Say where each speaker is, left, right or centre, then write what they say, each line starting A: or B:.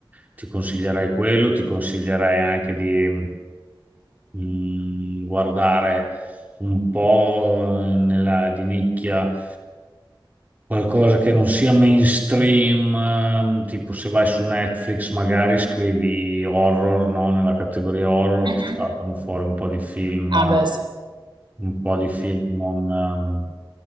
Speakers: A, on the right; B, on the right.
A: Ti consiglierei quello, ti consiglierei anche di mm, guardare un po' nella di nicchia. qualcosa che non sia mainstream, ehm, tipo se vai su Netflix magari scrivi horror, no? Nella categoria horror
B: Mh-mh.
A: ti saltano fuori un po' di film,
B: Ah beh, sì.
A: un po' di film non, ehm,